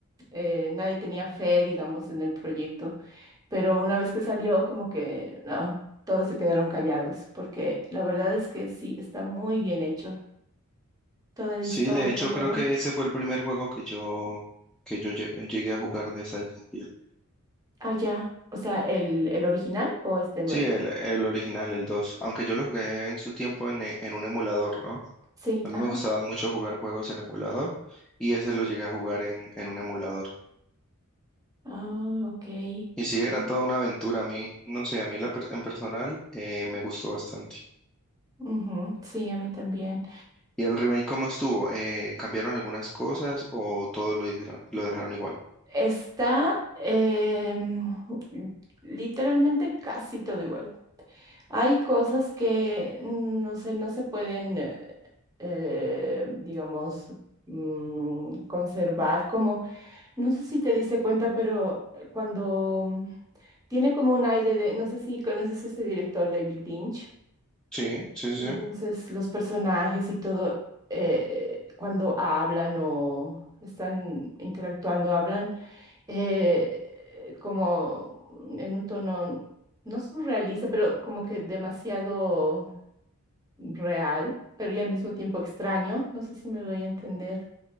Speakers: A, on the right (about 15°); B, in the centre.
A: eh, nadie tenía fe, digamos, en el proyecto, pero una vez que salió, como que no, todos se quedaron callados porque la verdad es que sí, está muy bien hecho, toda la
B: Sí,
A: historia,
B: de hecho
A: todo.
B: creo que ese fue el primer juego que yo, que yo lle- llegué a jugar de Silent Hill.
A: Ah, ya. O sea, el, el original o este nuevo.
B: Sí, el, el original, el 2. Aunque yo lo jugué en su tiempo en, e- en un emulador, ¿no?
A: Sí,
B: A mí
A: ajá.
B: me gustaba mucho jugar juegos en emulador y ese lo llegué a jugar en, en un emulador.
A: Ah, ok.
B: Y sí,
A: Sí.
B: era toda una aventura. A mí, no sé, a mí la per- en personal eh, me gustó bastante.
A: Ujú, Sí, a mí también.
B: ¿Y el remake cómo estuvo? Eh, ¿cambiaron algunas cosas o todo lo dijeron, lo dejaron
A: Mm.
B: igual?
A: Está em, literalmente casi todo igual. Hay cosas que, mm, no sé, no se pueden, eh, eh, digamos, mm, conservar como... No sé si te diste cuenta, pero eh, cuando mm, tiene como un aire de, no sé si conoces a este director, David Lynch.
B: Sí, sí, sí.
A: Entonces,
B: sí.
A: los personajes y todo, eh, cuando hablan o están interactuando, hablan eh, eh, como en un tono no surrealista, pero como que demasiado real, pero y al mismo tiempo extraño. No sé si me doy a entender,